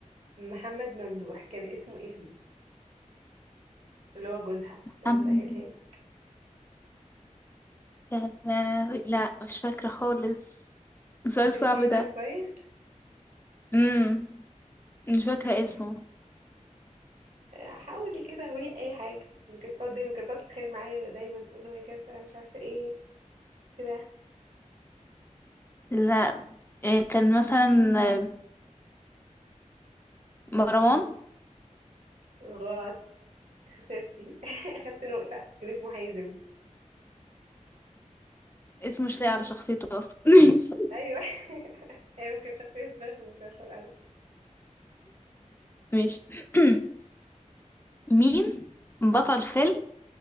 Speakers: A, on the right; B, on the left.
A: محمد ممدوح كان اسمه ايه فيه اللي هو جوزها عشان
B: حمزة.
A: اسهلها لك
B: يا لهوي. لا مش فاكرة خالص سؤال
A: شفتيه
B: صعب ده
A: طيب كويس
B: امم مش فاكرة
A: طب
B: اسمه
A: حاولي كده قولي اي حاجه اللي كانت بتقعد دايما كانت بتقعد تتخانق معايا دايما تقول له يا كذا مش عارفه ايه كده
B: لا إيه، كان مثلا آه، مروان
A: مم. غلط خسرتي <laughs> اخدت نقطه كان اسمه حازم
B: اسمه مش لاقي على شخصيته اصلا <laughs> ماشي
A: ايوه <laughs> ايوه كانت شخصيه زباله في المسلسل قوي
B: ماشي. <clears throat> مين بطل فيلم